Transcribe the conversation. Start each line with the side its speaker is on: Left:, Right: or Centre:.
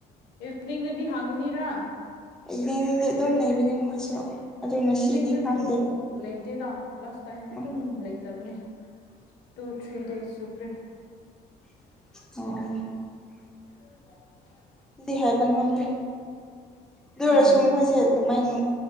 Left: ꯏꯚꯅꯤꯡꯗꯗꯤ ꯍꯥꯡꯒꯅꯤꯔꯥ
Centre: ꯏꯕꯤꯅꯤꯡꯗꯗꯤ ꯑꯗꯨꯝ ꯂꯩꯕꯅꯤ ꯃꯈꯣꯏꯁꯨ ꯑꯗꯨ ꯉꯁꯤꯗꯤ
Left: ꯏꯚꯤꯅꯤꯡꯗꯁꯨ
Centre: ꯈꯪꯗꯦ
Left: ꯂꯩꯇꯦꯗ ꯂꯥꯁ ꯇꯥꯏꯝ
Centre: ꯑꯣ
Left: ꯑꯗꯨꯝ ꯂꯩꯇꯕꯅꯤ ꯇꯨ ꯊ꯭ꯔꯤ ꯗꯦꯁ ꯁꯨꯈ꯭ꯔꯦ
Centre: ꯑꯣ
Left: <unintelligible>
Centre: ꯑꯗꯨꯗꯤ ꯍꯥꯏꯕ ꯉꯝꯗꯦ ꯑꯗꯨ ꯑꯣꯏꯔꯁꯨ
Left: ꯎꯝ
Centre: ꯃꯈꯣꯏꯁꯦ ꯑꯗꯨꯃꯥꯏꯅ